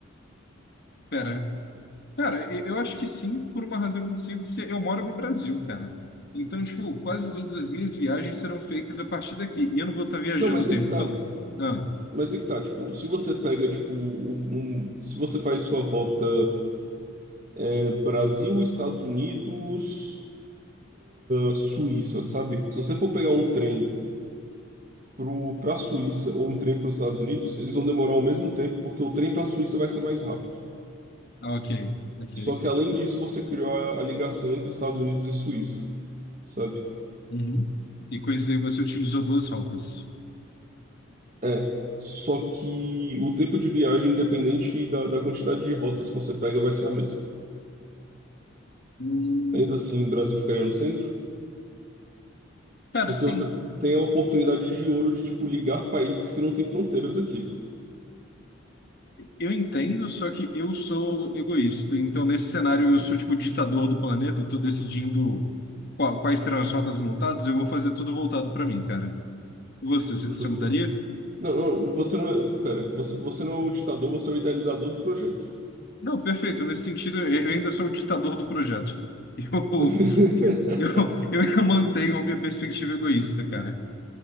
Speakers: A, on the left; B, on the right.
A: Pera, cara, eu eu acho que sim, por uma razão muito simples, que eu moro no Brasil, cara. Então, tipo, quase todas as minhas viagens serão feitas a partir daqui. E eu não vou estar viajando
B: Não, mas
A: o tempo
B: é que tá.
A: todo. Ah,
B: Mas é que tá, tipo, se você pega, tipo, um, um- se você faz sua rota é, Brasil, Estados Unidos, ah, Suíça, sabe? Se você for pegar um trem pro, pra Suíça ou um trem para os Estados Unidos, eles vão demorar o mesmo tempo, porque o trem pra Suíça vai ser mais rápido.
A: ah, ok, ok.
B: Só que além disso, você criou a, a ligação entre Estados Unidos e Suíça, sabe?
A: Uhum. E com isso aí você utilizou duas rotas.
B: É. Só que o tempo de viagem, independente da, da quantidade de rotas que você pega, vai ser a mesma.
A: Hum,
B: Ainda assim, o Brasil ficaria no centro,
A: cara,
B: porque
A: sim.
B: você tem a oportunidade de ouro de, tipo, ligar países que não têm fronteiras aqui.
A: Eu entendo, só que eu sou egoísta. Então, nesse cenário, eu sou tipo o ditador do planeta e tô decidindo qua- quais serão as rotas montadas. Eu vou fazer tudo voltado para mim, cara. E Você, c-
B: Justo.
A: você mudaria?
B: Não, não, você não é. Pera, você, você não é o ditador, você é o idealizador do projeto.
A: Não, perfeito. Nesse sentido, eu eu ainda sou o ditador do projeto. <laughs>
B: <laughs>
A: Eu, eu, eu ainda mantenho a minha perspectiva egoísta, cara.